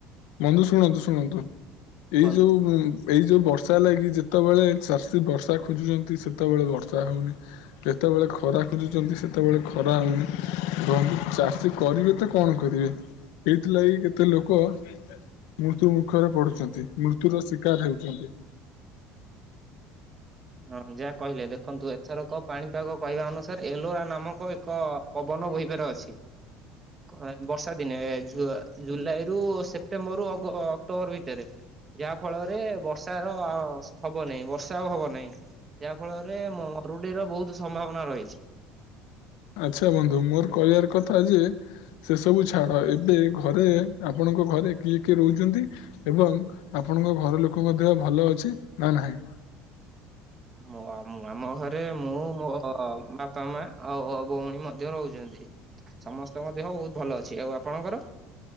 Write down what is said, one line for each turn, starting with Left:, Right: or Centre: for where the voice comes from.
Left: ବନ୍ଧୁ ଶୁଣନ୍ତୁ ଶୁଣନ୍ତୁ ଏଇ
Right: କୁହନ୍ତୁ।
Left: ଯୋଉ ଉଁ ଏଇ ଯୋଉ ବର୍ଷା ଲାଗି ଯେତେବେଳେ ଚାଷୀ ବର୍ଷା ଖୋଜୁଚନ୍ତି ସେତେବେଳେ ବର୍ଷା ହୋଉନି। କେତେବେଳେ ଖରା ଖୋଜୁଚନ୍ତି ସେତେବେଳେ ଖରା ହୋଉନି <unintelligible> ଚାଷୀ କରିବେ ତ କଣ କରିବେ ଏଇଥିଲାଗି କେତେ ଲୋକ ମୃତ୍ୟୁ ମୁଖରେ ପଡୁଚନ୍ତି ମୃତ୍ୟୁର ଶିକାର ହେଉଚନ୍ତି।
Right: ହଁ ଯାହା କହିଲେ ଦେଖନ୍ତୁ ଏଥରକ ପାଣିପାଗ କହିବା ଅନୁସାରେ ଏଲୋରା ନାମକ ଏକ ପବନ ବୋହିିବାର ଅଛି। ଓ ଏହା ବର୍ଷା ଦିନେ ଜୁଆ ଜୁଲାଇରୁ ସେପ୍ଟେମ୍ବରରୁ ଅଗ ଅକ୍ଟୋବର ଭିତରେ ଯାହା ଫଳରେ ବର୍ଷାର ହବ ନାହିଁ ବର୍ଷା ଆଉ ହବ ନାହିଁ। ଯାହା ଫଳରେ ମରୁଡିର ବହୁତ ସମ୍ଭାବନା ରହିଛି।
Left: ଆଚ୍ଛା ବନ୍ଧୁ ମୋର କହିବାର କଥା ଯେ, ସେ ସବୁ ଛାଡ଼ ଏବେ ଘରେ ଆପଣଙ୍କ ଘରେ କିଏ କିଏ ରହୁଛନ୍ତି? ଏବଂ ଆପଣଙ୍କ ଘର ଲୋକଙ୍କ ଦେହ ଭଲ ଅଛି ନା ନାହିଁ?
Right: ମୋ ଆମ ଘରେ ମୁଁ ମୋ ବାପା ମା ଆଉ ଭଉଣୀ ମଧ୍ୟ ରହୁଛନ୍ତି। ସମସ୍ତଙ୍କ ଦେହ ବହୁତ ଭଲ ଅଛି। ଆଉ ଆପଣଙ୍କର?